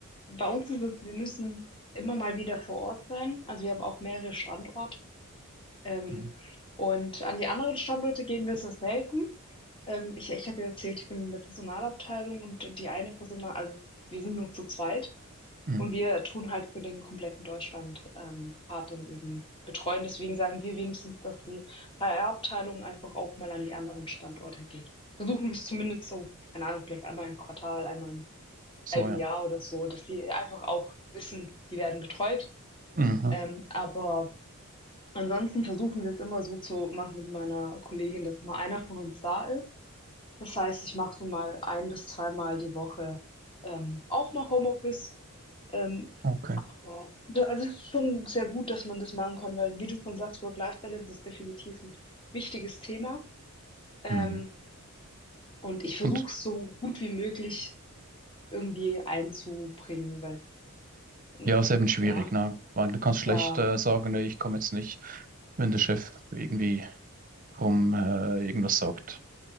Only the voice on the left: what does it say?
bei uns ist es, wir müssen immer mal wieder vor Ort sein. Also, wir haben auch mehrere Standorte. Ähm,
und an die anderen Standorte gehen wir sehr selten. Ähm, ich ich habe ja erzählt, ich bin in der Personalabteilung und die eine Personal, also wir sind nur zu zweit
und wir tun halt für den kompletten Deutschland ähm, Part dann eben betreuen. Deswegen sagen wir wenigstens, dass die HR-Abteilung einfach auch mal an die anderen Standorte geht. Versuchen wir es zumindest so, keine Ahnung, vielleicht einmal im Quartal, einmal im
halben
Jahr oder so, dass die einfach auch wissen, die werden betreut.
Ähm, aber Ansonsten versuchen wir es immer so zu machen mit meiner Kollegin, dass immer einer von uns da ist. Das heißt, ich mache so mal ein bis zweimal die Woche, ähm, auch mal Homeoffice. Ähm,
aber da also, es ist schon sehr gut, dass man das machen kann, weil wie du schon sagst, Work-Life-Balance ist definitiv ein wichtiges Thema. Ähm,
und ich versuche
es so gut wie möglich irgendwie einzubringen, weil ähm,
ja,
ja,